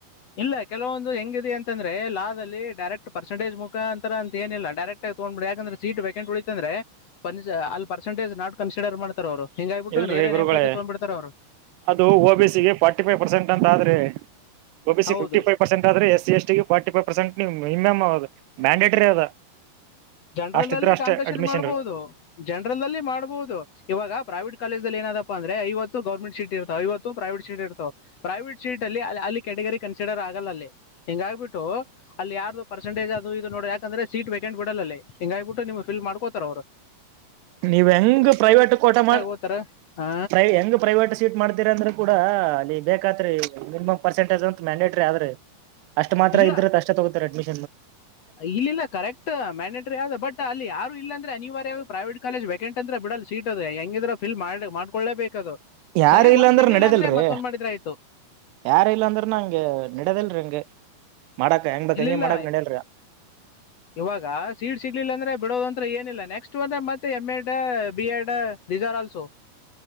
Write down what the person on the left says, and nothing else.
ಇಲ್ಲ ಕೆಲವೊಂದು ಹೆಂಗಿದೆ ಅಂತಂದ್ರೆ ಡೈರೆಕ್ಟ್ ಪರ್ಸೆಂಟೇಜ ಮುಖಂತ ಅಂತಏಲ್ಲ ಡೈರೆಕ್ಟ್ ಆಗ ತಗ್ಬಿ ಯಾಕಂದ್ರೆ ಸೀಟ್ ವೇಕೆಟ್ ಉಳಿತ ಅ ಅಲ್ಲಿ ಪರ್ಸಂಟೇಜ್ ನಾಟ್ ಕನ್ಸಿರ್ ಮಾಡ್ತಾರೆ ಅವರು ಹಿಂಗಾಗ್ಬಿಟ್ಟು
ನೇರ
ನೇಮಕಾತಿ ತಗೊಂಡ್ಬಿಡ್ತಾರೆ ಅವರು
ಹೌದು
ಜನರಲ್ಲ್ಲಿ
ಕಾಂಪಿಟಷನ್
ಮಾಡ್ಬಹುದು ಜನರಲ್ಲ್ಲಿ ಮಾಡ್ಬಹುದು ಇವಾಗ ಪ್ರೈವೇಟ್ ಕಾಲೇಜದಲ್ಲಿ ಏನಾದಪ್ಪ ಅಂದ್ರೆ ಐತ್ತು ಗೌರ್ಮೆಂಟ್ ಸೀಟ್ ಇರ್ತಾವ ಇವತ್ತು ಪ್ರೈವೇಟ್ ಸೀಟ್ ಇರ್ತಾವ ಪ್ರೈವಟ್ ಸೀಟ್ ಅಲ್ಲಿ ಕೆ ಗರಿ ಕನ್ಸಿಡರ್ ಆಗಲ್ಲ ಅಲ್ಲಿ ಹಿಂಗ ಆಗ್ಬಿಟ್ಟು ಅಲ್ಲಿ ಯಾರ್ದು ಪರ್ಸೆಟೇಜ್ ಅದು ಇದು ನೋಡಿ ಯಾಕಂದ್ರೆ ಸೀಟ್ ವೇಕೆಂಟ್ ಬಿಡಲ್ಲಲ್ಲಿ ಹಿಂಗ ಆಗಬಿಟ್ಟು ನಿಮ್ ಫಿಲ್ ಮಾಡ್ಕೋತಾರ ಅವ್ರು
ಓದ್ತಾರ ಆ
ಇಲ್ಲ
ಇಲ್ಲಿಲ್ಲ ಕರೆಕ್ಟ್ ಮ್ಯಾಂಡೇಟರಿ ಅದ ಬಟ್ ಅಲ್ಲಿ ಯಾರು ಇಲ್ಲಂದ್ರೆ ಅನಿವಾರ್ಯ ಪ್ರೈವೇಟ್ ಕಾಲೇಜ ವೇಕೆಂಟ್ ಅಂದ್ರೆ ಬಿಡಲ್ಲ ಸೀಟ್ ಅದು ಫಿಲ್ ಮಾಡ ಮಾಡ್ಕೊಳ್ಳೇಬೇಕ ಅದು
ಸರಿ
ಒಂದ್
ಸಿಗ್ಲಿಲ್ಲ
ಅಂದ್ರೆ ಮತ್ತೊಂದ್ ಮಾಡಿದ್ರ ಆಯ್ತು
ಇಲ್ಲಿಲ್ಲ
ಇವಾಗ ಸೀಡ್ ಸಿಗ್ಲಿಲ್ಲ ಅಂದ್ರೆ ಬಿಡೋದಂತ್ರ ಇಲ್ಲ ನೆಕ್ಸ್ಟ್ ಬಂದ್ರೆ ಮತ್ತೆ M Ed B Ed research also